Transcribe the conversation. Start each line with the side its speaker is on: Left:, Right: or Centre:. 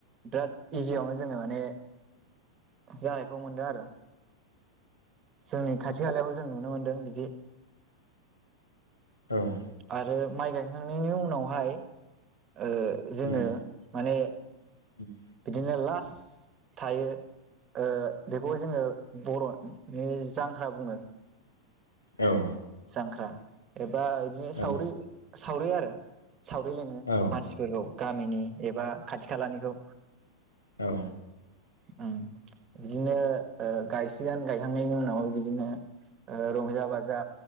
Right: बिराद इजियावनो जोङो माने जानायखौ मोनदों आरो। जोंनो खाथि खालायाव जों नुनो मोनदों बिदि
Left: औ
Right: आरो माइ गायखांनायनि उनावहाय ओ जोङो
Left: उम
Right: माने
Left: <inaudible>
Right: बिदिनो लास थायो ओ बेखौ जोङो बर'नि जांख्रा बुङो।
Left: औ
Right: जांख्रा एब बा बिदिनो सावरि
Left: औ
Right: सावरि आरो। सावरि लिङो
Left: औ
Right: मानसिफोरखौ गामिनि एबा खाथि खालानिखौ
Left: औ
Right: ओम बिदिनो ओ गायसिगोन गायखांनायनि उनाव बिदिनो ओ रंजा बाजा